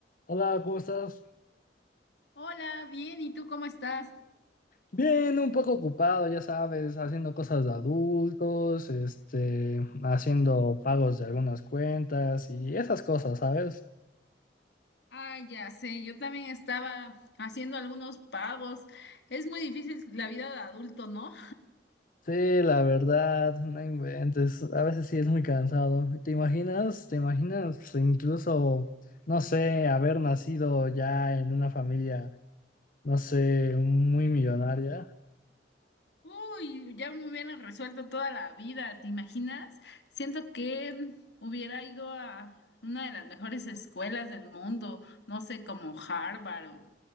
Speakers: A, on the left; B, on the left.
A: Hola, ¿cómo estás?
B: Hola, bien, ¿y tú cómo estás?
A: Bien, un poco ocupado, ya sabes, haciendo cosas de adultos, este, haciendo pagos de algunas cuentas y esas cosas, ¿sabes?
B: Ah, ya sé, yo también estaba haciendo algunos pagos. Es muy difícil la vida de adulto, ¿no?
A: Sí, la verdad, no inventes, a veces sí es muy cansado. ¿Te imaginas? ¿Te imaginas incluso, no sé, haber nacido ya en una familia, no sé, muy millonaria?
B: Uy, ya me hubieran resuelto toda la vida, ¿te imaginas? Siento que mm, hubiera ido a una de las mejores escuelas del mundo, no sé, como Harvard o,